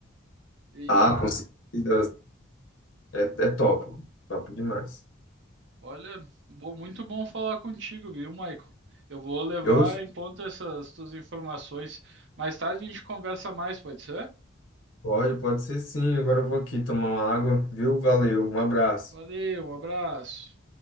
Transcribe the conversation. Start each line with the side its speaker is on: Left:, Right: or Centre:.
Right: E,
Left: Ah,
Right: e-
Left: com certeza. É, é top. Top demais.
Right: olha, bom- muito bom falar contigo, viu, Michael? Eu vou levar
Left: Eu,
Right: em conta essas tuas informações. Mais tarde a gente conversa mais, pode ser?
Left: pode, pode ser sim. Agora eu vou aqui tomar uma água, viu? Valeu, um abraço.
Right: Valeu, um abraço.